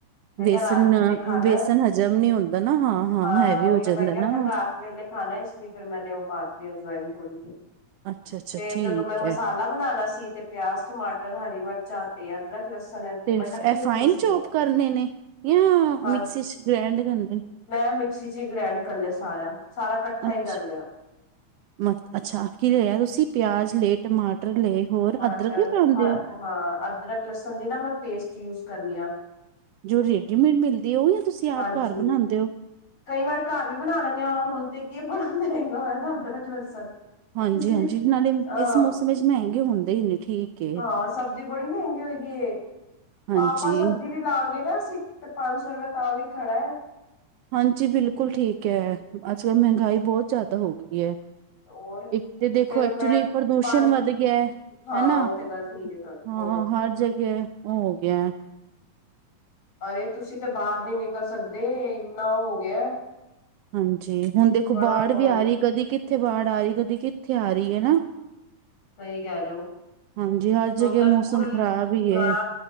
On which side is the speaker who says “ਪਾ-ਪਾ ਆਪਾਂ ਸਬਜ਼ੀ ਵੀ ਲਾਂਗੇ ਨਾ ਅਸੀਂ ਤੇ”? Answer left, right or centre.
Left